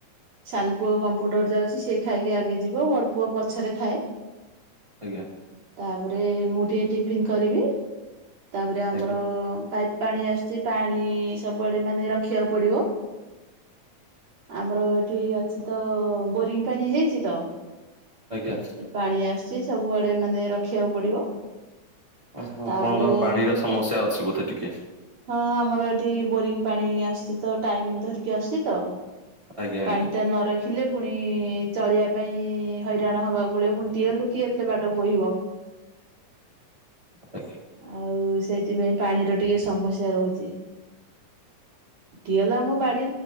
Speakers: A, on the right; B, on the right.
A: ସାନ ପୁଅ କମ୍ପୁଟର ଯାଉଛି ସେ ଖାଇକି ଆଗେ ଯିବ ବଡ ପୁଅ ପଛରେ ଖାଏ।
B: ଆଜ୍ଞା।
A: ତାପରେ ମୁଁ ଟିକେ ଟିଫିନ କରିବି। ତାପରେ ଆମର
B: ଆଜ୍ଞା
A: ପାଇପ ପାଣି ଆସୁଛି ପାଣି ସବୁଆଡେ ମାନେ ରଖିବାକୁ ପଡିବ। ଆମର ଏଠି ଅଛି ତ ବୋରିଂ ପାଣି ହେଇଛି ତ।
B: ଆଜ୍ଞା।
A: ପାଣି ଆସୁଛି ସବୁଆଡେ ମାନେ ରଖିବାକୁ ପଡିବ।
B: ଓ ହୋ
A: ତାପରେ
B: ଆପଣଙ୍କର ପାଣିର ସମସ୍ୟା ଅଛି ବୋଧେ ଟିକେ?
A: ହଁ ଆମର ଏଠି ବୋରିଂ ପାଣି ଆସ ଶ ତ ଟାଇମ ଧରିକି ଆସଛି ତ
B: ଆଜ୍ଞା
A: ପାଣି
B: ଆଜ୍ଞା।
A: ଟା ନ ରଖିଲେ ପୁଣି ଚଳିବା ପାଇଁ ହଇରାଣ ହବାକୁ ପଡିବ ପୁଣି ଟିଏ ହେ ଲୁ କି ଏତେ ବାଟ ବୋହିବ।
B: ଆଜ୍ଞା
A: ଆଉ ସେଇଥିପାଇଁ ପାଣିର ଟିକେ ସମସ୍ୟା ରହୁଛି। ଟିଅଲ ଆମ ବାଡି